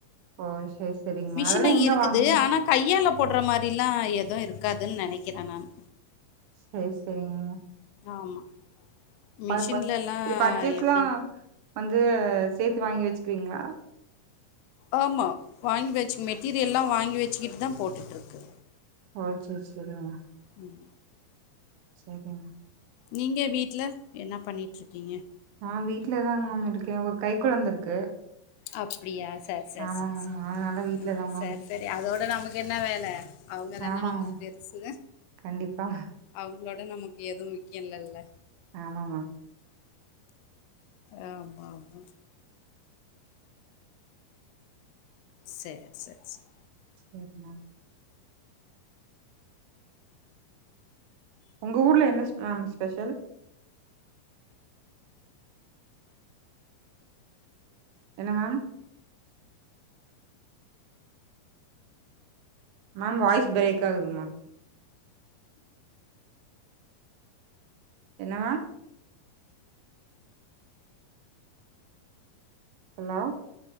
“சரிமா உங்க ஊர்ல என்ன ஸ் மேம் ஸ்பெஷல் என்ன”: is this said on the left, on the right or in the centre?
Right